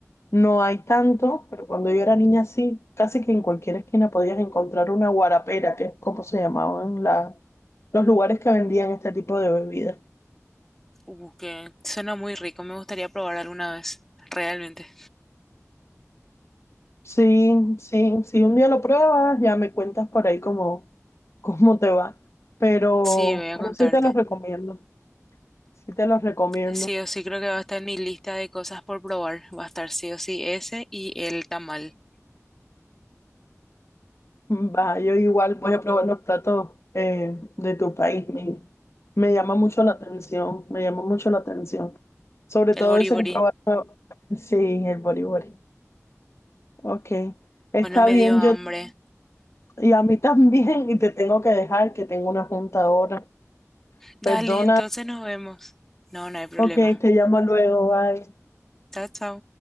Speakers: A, on the left; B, in the centre.
A: no hay tanto, pero cuando yo era niña sí, casi que en cualquier esquina podías encontrar una guarapera, que es como se llamaban la- los lugares que vendían este tipo de bebidas.
B: Uh, que suena muy rico. Me gustaría probar alguna vez, realmente.
A: Sí, sí, si un día lo pruebas, ya me cuentas por ahí cómo, cómo te va. Pero,
B: Sí, voy a
A: pero
B: contarte.
A: sí te los recomiendo, sí te los recomiendo.
B: Sí o sí creo que va a estar en mi lista de cosas por probar. Va a estar sí o sí ese y el tamal,
A: Va, yo igual voy a probar los platos eh, de tu país. Me, me llama mucho la atención, me llama mucho la atención. Sobre
B: el
A: todo
B: boribori.
A: ese que probaste. <laughs> Sí, el boriborí. Ok, está
B: Bueno, me
A: bien,
B: dio hambre.
A: yo y a mí <laughs> también, y te tengo que dejar que tengo una junta ahora.
B: Dale,
A: Perdona,
B: entonces nos vemos. No, no hay problema.
A: ok, te llamo luego, bye.
B: Chao, chao.